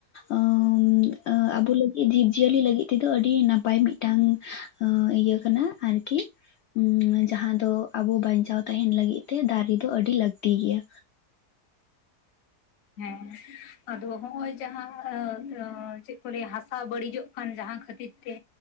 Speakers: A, on the left; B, on the left.
A: ᱟᱸ ᱟᱸ ᱟᱵᱚ ᱞᱟᱹᱜᱤᱜ, ᱡᱤᱵᱽ-ᱡᱤᱭᱟᱹᱞᱤ ᱞᱟᱹᱜᱤᱫ ᱛᱮᱫᱚ ᱟᱹᱰᱤ ᱱᱟᱯᱟᱭ ᱢᱤᱜᱴᱟᱝ ᱟᱸ ᱤᱭᱟᱹ ᱠᱟᱱᱟ ᱟᱨᱠᱤ᱾ ᱩᱸ ᱡᱟᱦᱟᱸ ᱫᱚ ᱟᱵᱚ ᱵᱟᱧᱪᱟᱣ ᱛᱟᱦᱮᱱ ᱞᱟᱹᱜᱤᱫ ᱛᱮ ᱫᱟᱨᱮ, ᱫᱚ ᱟᱹᱰᱤ ᱞᱟᱹᱠᱛᱤ ᱜᱮᱭᱟ᱾
B: ᱦᱮᱸ, ᱟᱫᱚ ᱦᱚᱸᱜᱼᱚᱭ ᱡᱟᱦᱟᱸ ᱟᱸ ᱟᱹ ᱪᱮᱜ ᱠᱚ ᱞᱟᱹᱭᱟ ᱦᱟᱥᱟ ᱵᱟᱹᱲᱤᱡᱚᱜ ᱟᱢ ᱡᱟᱦᱟ ᱠᱷᱟᱹᱛᱤᱨ ᱛᱮ